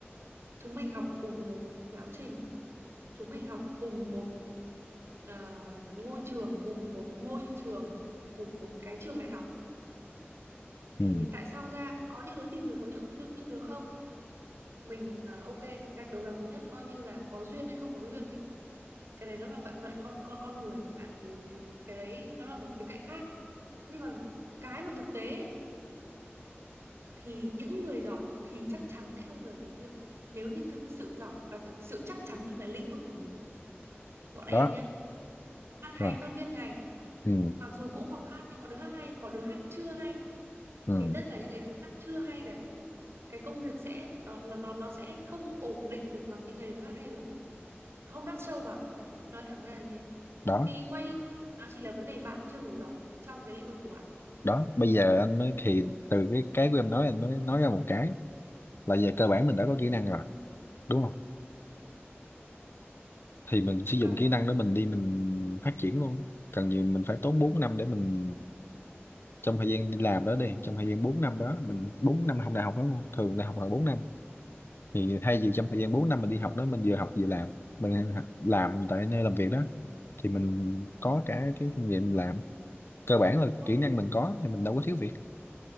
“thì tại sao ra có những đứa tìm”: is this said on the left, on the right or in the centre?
Right